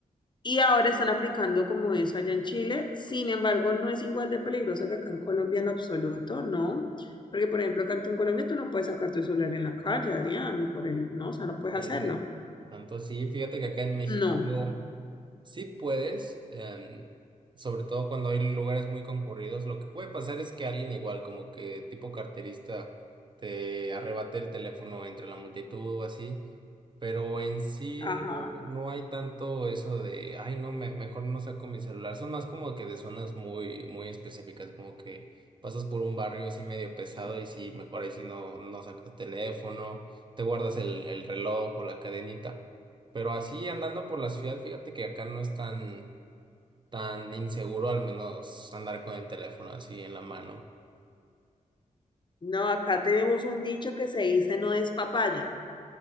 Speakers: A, on the left; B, on the right.
A: Y ahora están aplicando como eso allá en Chile. Sin embargo, no es igual de peligrosa que acá en Colombia en lo absoluto, ¿no? Porque, por ejemplo, acá en Colombia tú no puedes sacar tu celular en la calle, Adrián, ni por el, no, o sea,
B: En
A: no puedes
B: serio.
A: hacerlo.
B: Tanto sí, fíjate que acá en México
A: No.
B: sí puedes, em, sobre todo cuando hay lugares muy concurridos, lo que puede pasar es que alguien igual, como que tipo carterista, te arrebate el teléfono entre la multitud o así, pero en sí
A: Ajá.
B: no, no hay tanto eso de, ay, no, me- mejor no saco mi celular, son más como que de zonas muy, muy específicas, como que pasas por un barrio así medio pesado y sí, mejor ahí sí no, no sacas teléfono te guardas el, el reloj o la cadenita. Pero así andando por la ciudad, fíjate que acá no es tan, tan inseguro al menos andar con el teléfono así en la mano. <laughs>
A: No, acá tenemos un dicho que se dice no es papaya.